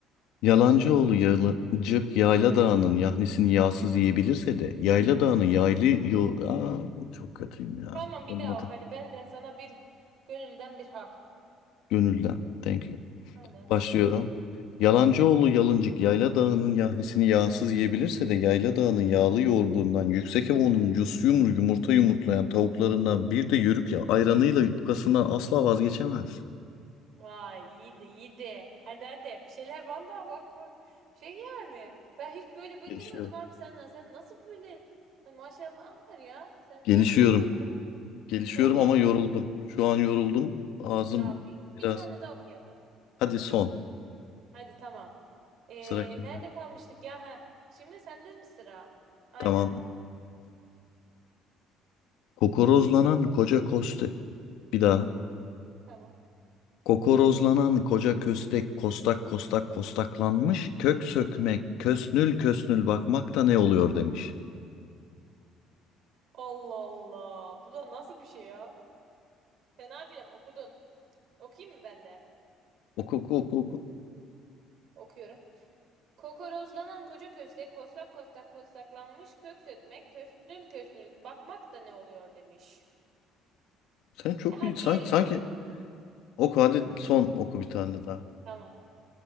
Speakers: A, on the left; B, on the right.
A: Yalancıoğlu yalıncık yayla dağının yahnisini yağsız yiyebilirse de yayla dağının yaylı yo- Aa, çok kötüyüm ya.
B: Tamam bir
A: Olmadı.
B: daha oku. Hadi benden sana bir gönülden bir hak.
A: Gönülden. Thank you.
B: Aynen.
A: Başlıyorum. Yalancıoğlu Yalıncık Yayla Dağı'nın yahnisini yağsız yiyebilirse de Yayla Dağı'nın yağlı yoğurdundan, Yüksek Evo'nun yus yumru yumurta yumurtlayan tavuklarından bir de yörük ya ayranıyla yufkasından asla vazgeçemez.
B: Vay iyiydi iyiydi. Hadi hadi bir şeyler vallahi bak bak. Şey yani ben hiç böyle beklemiyordum
A: Gelişiyorum.
B: abi senden. Sen nasıl böyle Hani maşallahın var ya. Sen korkuyordun.
A: Gelişiyorum. Gelişiyorum
B: Çok iyi
A: ama
B: ya.
A: yoruldum. Şu an yoruldum. Ağzım
B: Ya bir,
A: biraz.
B: bir tane daha okuyalım.
A: Hadi son.
B: Hadi tamam. Ee,
A: Sıra kimde?
B: nerede kalmıştık ya? Heh. Şimdi sende bir sıra. Aynen.
A: Tamam. Kokorozlanan koca koste. Bir daha.
B: Tamam.
A: Kokorozlanan koca köstek kostak kostak kostaklanmış. Kök sökmek, kösnül kösnül bakmak da ne oluyor demiş.
B: Allah Allah. Bu da nasıl bir şey ya? Fena değil ama okudun. Okuyayım mı ben de?
A: Oku oku oku oku.
B: Okuyorum. Kokorozlanan koca köstek kostak kostak kostaklanmış kök sökmek kösnül kösnül bakmak da ne oluyor demiş.
A: Sen çok
B: E hadi
A: iyi. Sanki,
B: diğerini
A: sanki
B: de okuyayım.
A: oku hadi son oku bir tane daha.
B: Tamam.